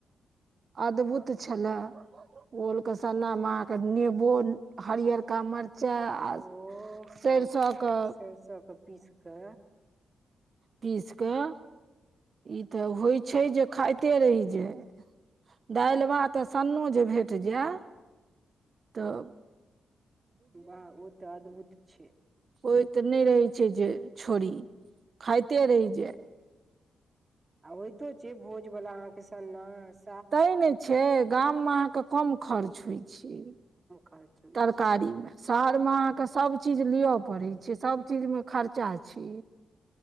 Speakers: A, on the right; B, on the right.
A: अद्भुत छलए। ओल के सन्ना मे अहा के नेबो हरीयका मिर्चाय मिर्चा
B: ओ
A: सरिसो
B: आ
A: के
B: सरसो के पीस के
A: पीस कऽ ई तऽ होइ छैय जे खाइते रहि जाय। दाल भात तऽ सन्नो जे भेट जाय तऽ
B: वाह ओ तऽ अद्भुत छैय।
A: हो तऽ नहि रहै छैय जे छोड़ी खाइते रहि जाय।
B: आ होइतो छैय भोजवला अहाँके सन्नास
A: तैं ने छैय गाममे अहाँके कम खर्च होइ
B: खर्च होइ
A: तरकारीमे
B: छै
A: शहरमे अहाँके सब चीज लियअ पड़ै छै सब चीजमे खर्चा छै